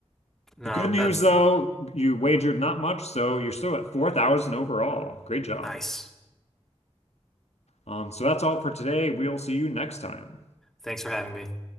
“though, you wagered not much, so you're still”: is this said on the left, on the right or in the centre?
Left